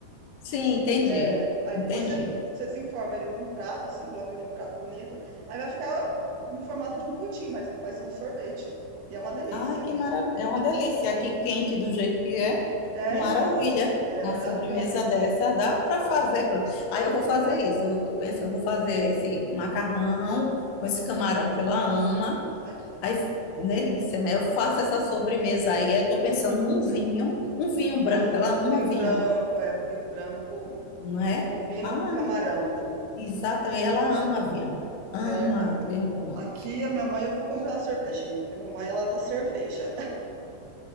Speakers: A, on the left; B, on the right.
A: Sim, entendi.
B: É, aí
A: Entendi.
B: depois você, você desenforma ele num prato, assim, coloca ele num prato bonito. Aí vai ficar no formato de um pudim, mas vai ser um sorvete. E é uma delícia.
A: Ai, que maravilha. É uma delícia. é Aqui
B: Uhum.
A: quente do jeito que é.
B: É,
A: Maravilha.
B: então. É,
A: Uma
B: dá
A: sobremesa
B: pra.
A: dessa dá para fazer. pro- Aí eu vou fazer
B: Uhum,
A: isso. Eu tô pensando, eu vou fazer esse macarrão com esse camarão
B: uhum,
A: que ela
B: com camarão.
A: ama.
B: Ai, que delícia.
A: Aí, delícia, né? Eu faço
B: Uhum.
A: essa sobremesa aí. Eu tô pensando num vinho, um vinho branco.
B: Vinho,
A: Ela ama
B: um vinho
A: vinho,
B: branco, é, um vinho branco
A: não é?
B: combina
A: Ah,
B: com camarão.
A: exatamente. Ela
B: Uhum.
A: ama vinho. Ama
B: É, então.
A: vinho branco.
B: Aqui a minha mãe eu fui comprar uma cervejinha, porque a minha mãe ela dá cerveja.